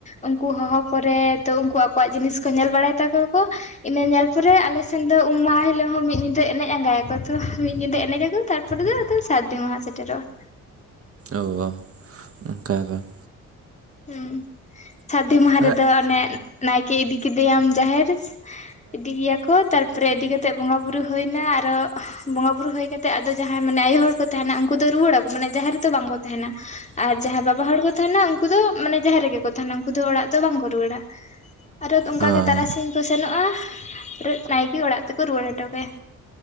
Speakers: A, on the left; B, on the right.
A: ᱩᱱᱠᱩ ᱦᱚᱦᱚ ᱯᱚᱨᱮ ᱛᱚ ᱩᱱᱠᱩ ᱟᱠᱚᱣᱟᱜ ᱡᱤᱱᱤᱥ ᱠᱚ ᱧᱮᱞ ᱵᱟᱲᱟᱭ ᱛᱟᱠᱚ ᱠᱚ ᱤᱱᱟᱹ ᱧᱮᱞ ᱯᱚᱨᱮ ᱟᱞᱮᱥᱮᱱ ᱫᱚ ᱩᱢ ᱢᱟᱦᱟ ᱦᱤᱞᱳᱜ ᱦᱚᱸ ᱢᱤᱫ ᱧᱤᱫᱟᱹ ᱮᱱᱮᱡ ᱟᱸᱜᱟᱭᱟᱠᱚ ᱛᱚ ᱢᱤᱫ ᱧᱤᱫᱟᱹ ᱮᱱᱮᱡ ᱟᱹᱠᱚ ᱛᱟᱨᱯᱚᱨᱮ <inaudible> ᱥᱮᱴᱮᱨᱚᱜ ᱟ
B: ᱳᱚ ᱚᱱᱠᱟ ᱵᱟᱝ
A: ᱦᱩᱸ ᱥᱟᱫᱤ ᱢᱟᱦᱟ
B: ᱦᱮᱸ
A: ᱨᱮᱫᱚ ᱚᱱᱮ ᱱᱟᱭᱠᱤ ᱤᱫᱤ ᱠᱤᱫᱤᱭᱟᱢ ᱡᱟᱦᱮᱨ ᱤᱫᱤ ᱜᱮᱭᱟᱠᱳ ᱛᱟᱨᱯᱚᱨᱮ ᱤᱫᱤ ᱠᱟᱛᱮ ᱵᱚᱸᱜᱟ ᱵᱩᱨᱩ ᱦᱩᱭᱱᱟ ᱟᱨᱚ ᱵᱚᱸᱜᱟ ᱵᱩᱨᱩ ᱦᱩᱭ ᱠᱟᱛᱮᱜ ᱟᱫᱚ ᱡᱟᱦᱟᱸᱭ ᱢᱟᱱᱮ ᱟᱭᱳ ᱦᱚᱲ ᱠᱚ ᱛᱟᱦᱮᱱᱟ ᱩᱱᱠᱩ ᱫᱚ ᱨᱩᱣᱟᱹᱲᱟᱠᱚ ᱢᱟᱱᱮ ᱡᱟᱦᱮᱨ ᱨᱮᱫᱚ ᱵᱟᱝᱠᱚ ᱛᱟᱦᱮᱱᱟ᱾ ᱟᱨ ᱡᱟᱦᱟᱸ ᱵᱟᱵᱟ ᱦᱚᱲ ᱠᱚ ᱛᱟᱦᱮᱱᱟ ᱩᱱ ᱩᱱᱠᱩ ᱫᱚ ᱢᱟᱱᱮ ᱡᱟᱦᱮᱨ ᱨᱮᱜᱮ ᱠᱚ ᱛᱟᱦᱮᱱᱟ᱾ ᱩᱱᱠᱩ ᱫᱚ ᱚᱲᱟᱜ ᱫᱚ ᱵᱟᱝ ᱠᱚ ᱨᱩᱣᱟᱹᱲᱟ᱾ ᱟᱫᱚ ᱚᱱᱠᱟ
B: ᱦᱮᱸ
A: ᱜᱮ ᱛᱟᱨᱟᱥᱤᱧ ᱠᱚ ᱥᱮᱱᱚᱜ-ᱟ ᱱᱟᱭᱠᱤ ᱚᱲᱟᱜ ᱛᱮᱠᱚ ᱨᱩᱣᱟᱹᱲ ᱦᱚᱴᱚ ᱠᱟᱭᱟᱹ